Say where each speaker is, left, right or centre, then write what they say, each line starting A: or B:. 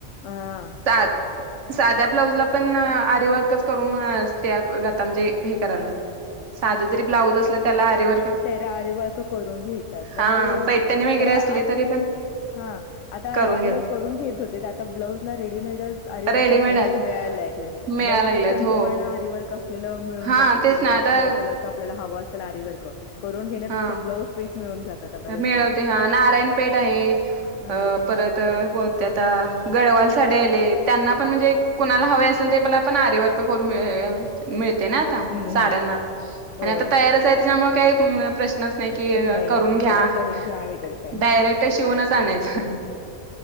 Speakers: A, on the left (about 85°); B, on the right (about 75°).
A: हां
B: सा साध्या ब्लाऊजला पण आरी वर्कच करून स्त्रिया आता म्हणजे हे कराल्यात. साधं जरी ब्लाऊज असलं त्याला आरी वर्क
A: तेला आरी वर्क करून घेतात पण
B: हा
A: ते
B: पैठणी वगैरे
A: जरा
B: असली
A: आता
B: तरी पण
A: हां आता
B: करून
A: आरीवर्क
B: घेत
A: करून घेत होते आता ब्लाउज ला रेडीमेडच आरीवर्क
B: रेडीमेड
A: असलेलाच
B: आले
A: मिळायला लागलंय.
B: मिळायला
A: ब्लाऊज
B: लागल्यात
A: पिसच आणि
B: हो
A: तुम्हाला आरीवर्क असलेलं मिळून
B: हा
A: जातं
B: तेच
A: की बाबा
B: ना आता
A: एखाद्या कलरचा आप ल्याला हवा असेल आरीवर्क करून घेण्यापेक्षा
B: हां
A: ब्लाऊज पीस मिळून जातात आता तशा
B: मिळते हां नारायणपेठ आहे
A: हम्म
B: अ परत कोणते आता, गडवाल साडे आले, त्यांना पण म्हणजे कोणाला हवे असेल, तेपला पण आरी वर्क करून मिळेल. मिळते ना आता
A: हम्म
B: साड्यांना
A: हम्म
B: आणि
A: होय
B: आता तयारच आहे, त्याच्यामुळं काही प्रश्नच नाही की
A: नाहीये
B: करून
A: की
B: घ्या
A: क
B: आहे,
A: करून घ्या वगैरे काय
B: डायरेक्ट शिवूनच आणायचं.